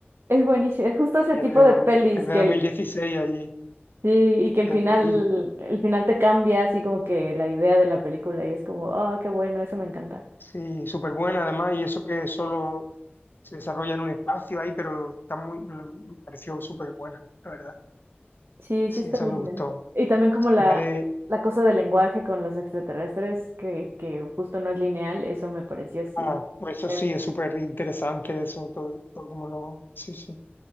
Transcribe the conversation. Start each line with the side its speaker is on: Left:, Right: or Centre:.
Right: Es buenísimo, es justo ese
Left: Y
Right: tipo
Left: es de,
Right: de pelis
Left: es de
Right: que
Left: dos
Right: el,
Left: mil dieciséis allí,
Right: sí, y que el
Left: es
Right: final,
Left: por ahí.
Right: el final te cambia así como que la idea de la película y es como, ah qué bueno, eso me encanta.
Left: Sí, súper buena además, y eso que solo se desarrolla en un espacio ahí, pero está muy, me pareció súper buena, la verdad.
Right: Sí, sí
Left: Sí,
Right: está
Left: esa
Right: linda.
Left: me gustó.
Right: Y también como la,
Left: La de,
Right: la cosa del lenguaje con los extraterrestres, que, que justo no es lineal, eso me pareció así.
Left: Ah, pues eso
Right: Eh,
Left: sí, es súper interesante eso, todo, todo como lo... Sí, sí.